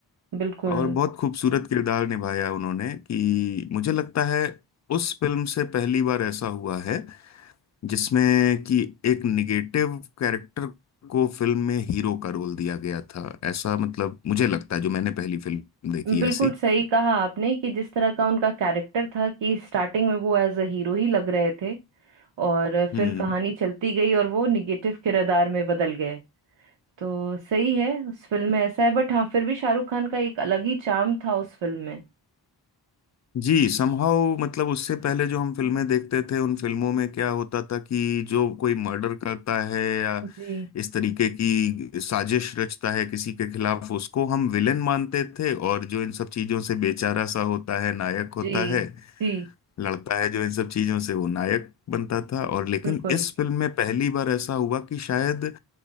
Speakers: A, on the right; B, on the left.
A: बिल्कुल
B: और बहुत खूबसूरत किरदार निभाया उन्होंने कि मुझे लगता है उस फिल्म से पहली बार ऐसा हुआ है जिसमें कि एक निगेटिव कैरेक्टर को फिल्म में हीरो का रोल दिया गया था ऐसा मतलब मुझे लगता है जो मैंने पहली फिल्म देखी
A: बिल्कुल
B: ऐसी
A: सही कहा आपने कि जिस तरह का उनका कैरेक्टर था कि स्टार्टिंग में वो एज अ हीरो ही लग रहे थे और फिर
B: हम्म
A: कहानी चलती गई और वो निगेटिव किरदार में बदल गए तो सही है उस फिल्म में ऐसा है बट हाँ फिर भी शाहरुख खान का एक अलग ही चार्म था उस फिल्म में
B: जी समहाउ मतलब उससे पहले जो हम फिल्में देखते थे उन फिल्मों में क्या होता था कि जो कोई मर्डर करता है या
A: जी
B: इस तरीके की साजिश रचता है किसी के खिलाफ उसको हम विलेन मानते थे और जो इन सब चीजों से बेचारा सा होता है नायक होता
A: जी
B: है
A: जी
B: लड़ता है जो इन सब चीजों से वो नायक बनता था और लेकिन
A: बिल्कुल
B: इस फिल्म में पहली बार ऐसा हुआ कि शायद